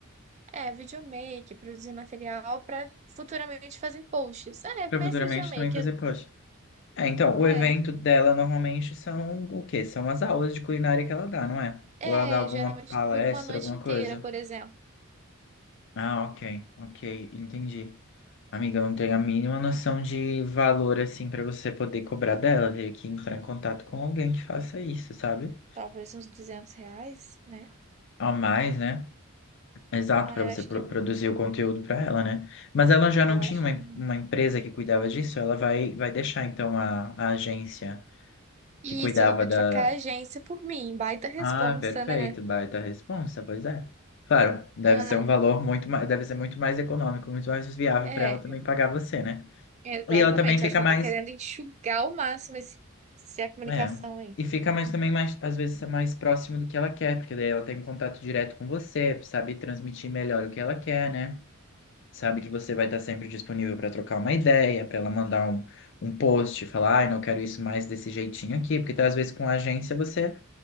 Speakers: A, on the right (about 30°); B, on the left (about 60°).
A: É, videomake, produzir material para futuramente fazer posts. Ah, é,
B: para
A: mas
B: futuramente
A: videomake.
B: também fazer post. É, então, o
A: É,
B: evento dela normalmente são o quê? São as aulas de culinária que ela dá, não é?
A: é,
B: Ou ela dá alguma
A: geralmente
B: palestra,
A: dura uma noite
B: alguma
A: inteira,
B: coisa?
A: por exemplo.
B: Ah, ok, ok, entendi. Amiga, eu não tenho a mínima noção de valor, assim, pra você poder cobrar dela. Teria que entrar em contato com alguém que faça isso, sabe?
A: Talvez uns 200 reais, né?
B: A mais, né? Exato,
A: Ah,
B: pra você
A: eu acho
B: pro-
A: que,
B: produzir o conteúdo pra ela, né? Mas ela já não
A: eu
B: tinha
A: acho
B: uma, em-
A: que...
B: uma empresa que cuidava disso? Ela vai, vai deixar, então, a, a agência
A: Isso,
B: que cuidava
A: ela vai
B: da.
A: trocar a agência por mim. Baita responsa,
B: Ah, perfeito,
A: né?
B: baita responsa, pois é. Claro, deve
A: Ah,
B: ser um valor muito mais, deve ser muito mais econômico, muito mais viável
A: é.
B: pra ela também pagar você, né?
A: Exatamente.
B: E ela também fica
A: Acho que
B: mais
A: ela tá querendo enxugar ao máximo esse, essa comunicação
B: É.
A: aí.
B: E fica mais também mais, às vezes, mais próximo do que ela quer, porque daí ela tem um contato direto com você, sabe transmitir melhor o que ela quer, né? Sabe que você vai estar sempre disponível para trocar uma ideia, para ela mandar um, um post, falar, ai, não quero isso mais desse jeitinho aqui, porque tá, às vezes com a agência você